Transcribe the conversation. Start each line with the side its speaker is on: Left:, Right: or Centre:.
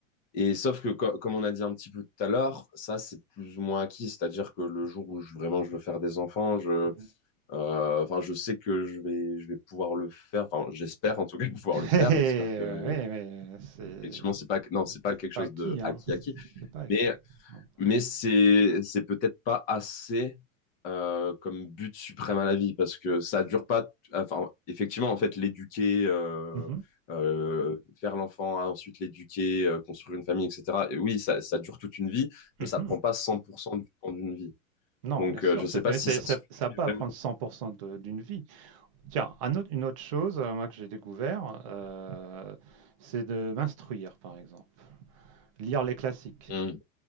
Left: et sauf que co- comme on a dit un petit peu tout à l'heure, ça c'est plus ou moins acquis, c'est-à-dire que le jour où je, vraiment je veux faire des enfants, je
Right: Mhm. <laughs>
Left: euh, enfin je sais que je vais je vais pouvoir le faire, enfin j'espère en tout cas <laughs> pouvoir le faire,
Right: Eh,
Left: j'espère que
Right: oui, mais c'est
Left: effectivement, c'est pas, non, c'est
Right: c'est
Left: pas quelque chose
Right: pas acquis,
Left: de
Right: hein.
Left: acquis acquis,
Right: C'est pas acquis.
Left: mais,
Right: Non,
Left: mais c'est, c'est peut-être pas assez euh, comme but suprême à la vie parce que ça dure pas. Enfin, effectivement, en fait, l'éduquer, euh,
Right: Mhm,
Left: euh, faire l'enfant, hein, ensuite l'éduquer, euh, construire une famille, etc. Et oui, ça, ça dure toute une vie,
Right: mhm.
Left: mais ça prend pas 100% du temps d'une vie.
Right: Non,
Left: Donc,
Right: bien sûr,
Left: euh, je
Right: c'est,
Left: sais pas
Right: mais
Left: si
Right: c'est-
Left: ça
Right: ça
Left: suffit
Right: n'a pas à
Left: vraiment.
Right: prendre 100% de- d'une vie. Tiens, un autre- une autre chose, euh, moi, que j'ai découvert, euh, c'est de m'instruire, par exemple. Lire les classiques,
Left: Mm.